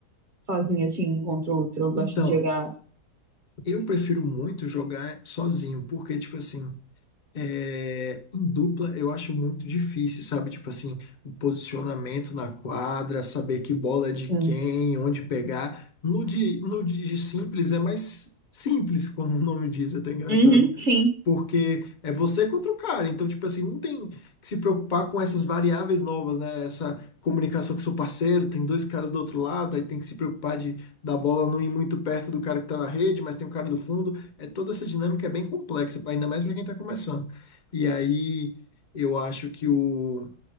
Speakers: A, on the right; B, on the left.
A: sozinho, assim, um contra o outro? Eu gosto
B: Então,
A: de jogar,
B: eu prefiro muito jogar sozinho, porque, tipo assim, é, em dupla eu acho muito difícil, sabe? Tipo assim, o posicionamento na quadra, saber que bola é de
A: assim.
B: quem, onde pegar. No de, no de simples é mais simples, como o nome diz, é até engraçado.
A: Uhum, sim.
B: Porque é você contra o cara. Então, tipo assim, não tem que se preocupar com essas variáveis novas, né? Essa comunicação com seu parceiro, tem dois caras do outro lado, aí tem que se preocupar de da bola não ir muito perto do cara que tá na rede, mas tem o cara do fundo. É toda essa dinâmica é bem complexa, ainda mais para quem tá começando. E aí eu acho que o